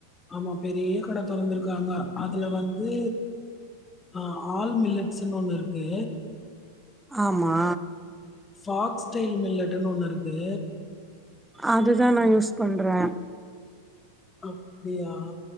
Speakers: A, on the left (about 15°); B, in the centre.
A: ஆமா பெரிய கட தொறந்திருக்காங்க அதுல வந்து ஆ ஆல் மில்லட்ஸ்னு ஒன்னு இருக்கு
B: ஆமா
A: ஃபாக்ஸ் ஸ்டைல் மில்லட்டுனு ஒன்னு இருக்கு
B: அதுதா நா யூஸ் பண்றே
A: அப்டியா